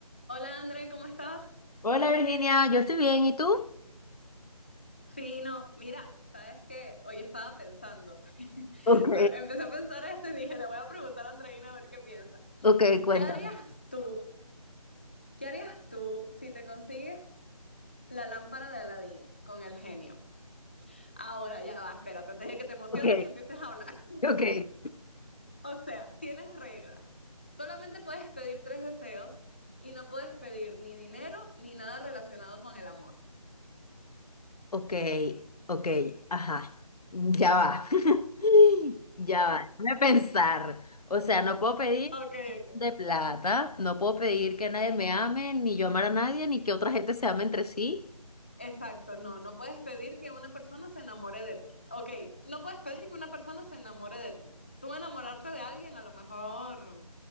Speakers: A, on the left; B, on the left.
A: Hola André, ¿cómo estás?
B: Hola Virginia, yo estoy bien, ¿y tú?
A: Fino, mira, sabes que hoy estaba pensando, <laughs>
B: Ok,
A: Lo- empecé a pensar esto y dije, le voy a preguntar a Andreina a ver qué piensa.
B: Ok, cuéntame.
A: ¿Qué harías tú? ¿Qué harías tú si te consigues la lámpara de Aladín con el genio? Ahora ya va, espérate, antes de que te emociones
B: ok,
A: y empieces a hablar. <laughs>
B: ok.
A: O sea, tienes reglas. Solamente puedes pedir tres deseos y no puedes pedir ni dinero ni nada relacionado con el amor.
B: Ok, ok, ajá, ya va, <laughs> ya va, déjame pensar. O sea, no puedo pedir
A: Ok, ok.
B: de plata, no puedo pedir que nadie me ame, ni yo amar a nadie, ni que otra gente se ame entre sí.
A: Exacto, no, no puedes pedir que una persona se enamore de ti. Ok, no puedes pedir que una persona se enamore de ti. Tú enamorarte de alguien a lo mejor